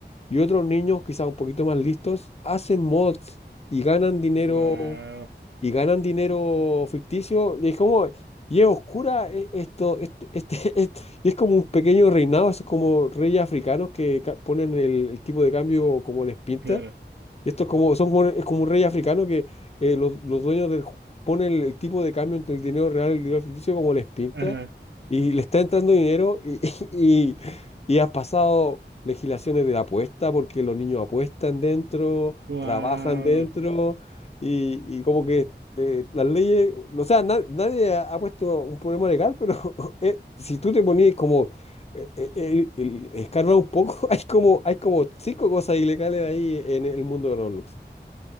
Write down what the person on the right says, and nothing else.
guau,
claro,
ajá,
guau,